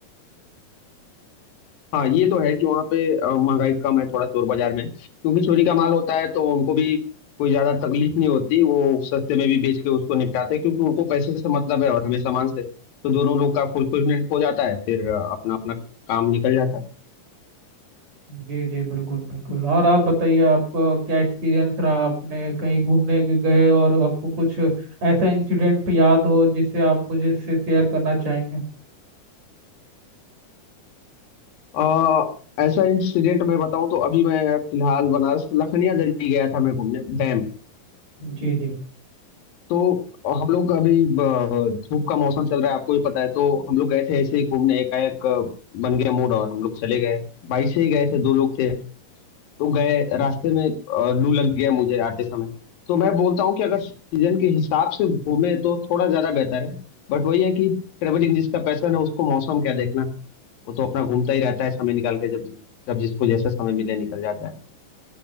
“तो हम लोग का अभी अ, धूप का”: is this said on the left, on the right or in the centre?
Left